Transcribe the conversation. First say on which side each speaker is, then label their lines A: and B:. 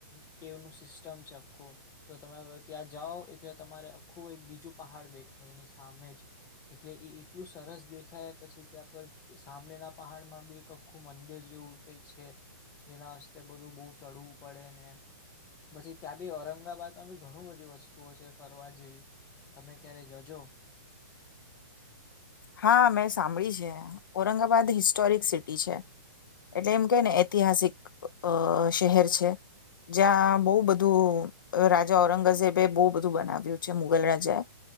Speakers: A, on the left; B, on the left.
A: કેવ કે એનું સિસ્ટમ છે આખું તો તમે ત્યાં જાઓ એટલે તમારે આખું એક બીજું પહાડ દેખાય એની સામે જ એટલે એ એટલું સરસ દેખાય પછી ત્યાં પર સામનેના પહાડમાં બી એક આખું મંદિર જેવું કઈ છે જેના હસ્તે બધું બહુ ચડવું પડે ને પછી ત્યાં બી ઔરંગાબાદમાં બી ઘણું બધી વસ્તુઓ છે ફરવા જેવી તમે ક્યારે જજો.
B: હા મેં સાંભળી છે ઔરંગાબાદ હિસ્ટોરિક સિટી છે એટલે એમ કે ને ઐતિહાસિક અ શહેર છે જ્યાં બહ બધું રાજા ઔરંગઝેબે બહુ બધું બનાવ્યું છે મુગલ રાજાએ